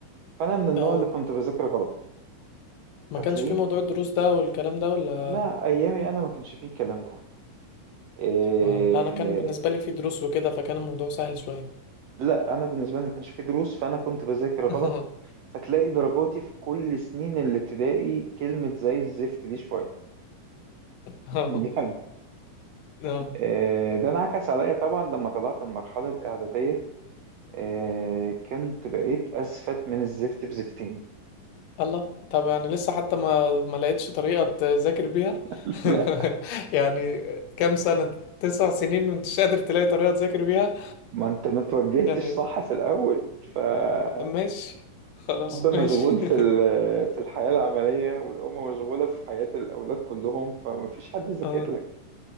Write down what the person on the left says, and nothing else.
اه
ما
كانش في موضوع الدروس ده والكلام ده ولا
اه لا انا كان بالنسبة لي في دروس وكده فكان الموضوع سهل شوية
<laughs>
اه
اه
الله طب يعني لسه حتى ما ما لقيتش طريقة تذاكر بيها
<laughs> يعني كام سنة تسع سنين وانت مش قادر تلاقي طريقة تذاكر بيها
<laughs> يعني
ماشي خلاص
ماشي
<laughs>
اه